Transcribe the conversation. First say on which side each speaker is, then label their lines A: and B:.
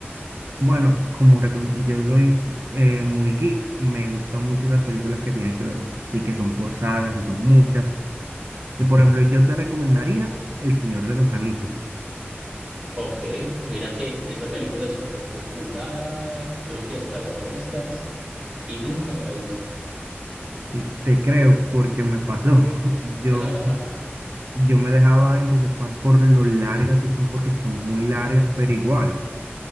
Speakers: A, on the right; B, on the right.
A: Bueno, como recome- yo soy eh, muy geek, me gustan mucho las películas que tienen que ver, sí que son por sagas y son muchas. Y por ejemplo, yo te recomendaría El Señor de los Anillos.
B: Ok, mira que esa película es súper popular, creo que hasta ganó Oscars y nunca me la he visto.
A: Sí, te creo porque me pasó. <laughs> Yo,
B: <laughs>
A: yo me dejaba entusiasmar por lo larga que son, porque son muy largas, pero igual,